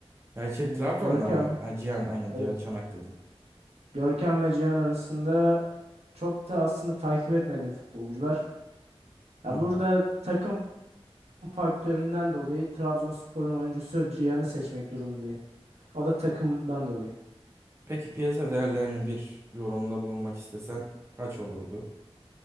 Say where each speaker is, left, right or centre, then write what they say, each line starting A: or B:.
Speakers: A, on the right; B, on the right.
A: Ya şey
B: Hmm,
A: Trabzon'dan
B: Görkem,
A: mı? Ha, Cihan aynen
B: evet.
A: Cihan Çanak dedim.
B: Görkem ve Cihan arasında çok da aslında takip etmediğim futbolcular. Ya
A: Hı hı.
B: burada takım faktöründen dolayı Trabzonspor'un oyuncusu Cihan'ı seçmek durumundayım. O da takımdan dolayı.
A: Peki piyasa değerlerini bir yorumda bulunmak istesen kaç olurdu?